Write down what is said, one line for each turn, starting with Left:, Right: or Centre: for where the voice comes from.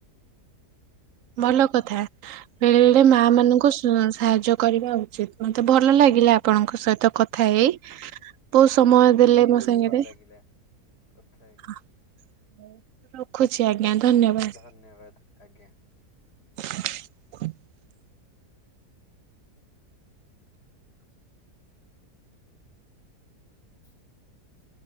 Right: ଭଲ କଥା ବେଳେ ବେଳେ ମା
Left: ଆଜ୍ଞା
Right: ମାନଙ୍କୁ ସୁ ସାହାଯ୍ୟ କରିବା ଉଚିତ ମତେ ଭଲ ଲାଗିଲା ଆପଣଙ୍କ ସହିତ କ କଥା ହେଇ ବୋହୁତ ସମୟ
Left: ମତେ
Right: ଦେଲେ
Left: ବି ବହୁତ
Right: ମୋ ସାଙ୍ଗରେ
Left: ଭଲ ଲାଗିଲା କଥା ହେଇକି
Right: <unintelligible> ଧନ୍ୟବାଦ।
Left: ଧନ୍ୟବାଦ। ଆଜ୍ଞା।
Right: <inaudible>
Left: <inaudible> <inaudible>